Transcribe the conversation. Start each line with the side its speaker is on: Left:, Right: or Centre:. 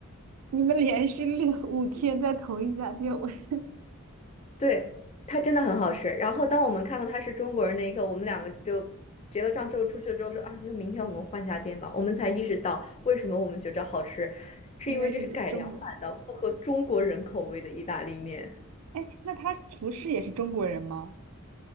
Right: 你们连续六五天在同一家店，我 <laughs>
Left: 对，他真的很好吃。然后当我们看到他是中国人那一刻，我们两个就结了账之后出去了之后说啊，那明天我们换家店吧。我们才意识到为什么我们觉着好吃，是因为这是改良版的，
Right: 因为是中国，
Left: 符合中国人口味的意大利面。
Right: 哎，那他厨师也是中国人吗？